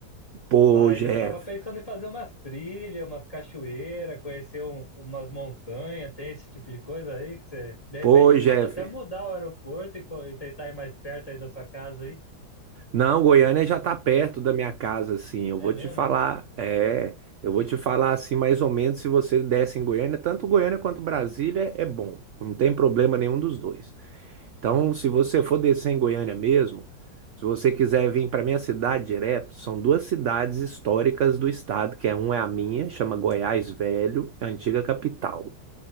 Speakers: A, on the right; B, on the left.
A: Pô,
B: Mas
A: Jeff,
B: eu tava pensando em fazer umas trilhas, umas cachoeiras, conhecer um- umas montanhas, tem esse tipo de coisa aí que você. De repente
A: pô,
B: eu
A: Jeff.
B: posso até mudar o aeroporto e, co- e tentar ir mais perto aí da sua casa aí.
A: Não, Goiânia já tá perto da minha casa, assim. Eu
B: É
A: vou
B: mesmo?
A: te falar, é, eu vou te falar assim mais ou menos se você desce em Goiânia, tanto Goiânia quanto Brasília é bom. Não tem problema nenhum dos dois.
B: Sim.
A: Então, se você for descer em Goiânia mesmo, se você quiser vir para minha cidade direto, são duas cidades históricas do estado, que é uma é a minha, chama Goiás Velho, é a antiga capital.